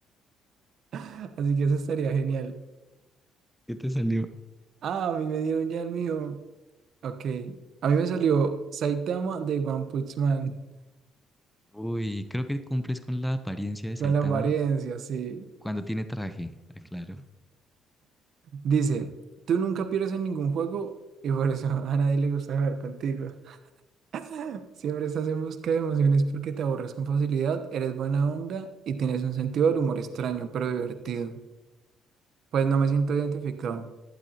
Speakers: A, on the right (about 60°); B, in the centre.
A: <laughs> Así que eso estaría genial.
B: ¿qué te salió?
A: Ah, a mí me dieron ya el mío. Ok. A mí me salió Saitama de One Punch Man.
B: Uy, creo que cumples con la apariencia
A: <laughs>
B: de
A: Con
B: Saitama
A: la apariencia, sí.
B: cuando tiene traje, aclaro.
A: Dice, tú nunca pierdes en ningún juego y por eso <laughs> a nadie le gusta jugar contigo. <laughs> Siempre estás en busca de emociones porque te aborras con facilidad, eres buena onda y tienes un sentido del humor extraño pero divertido. Pues no me siento identificado.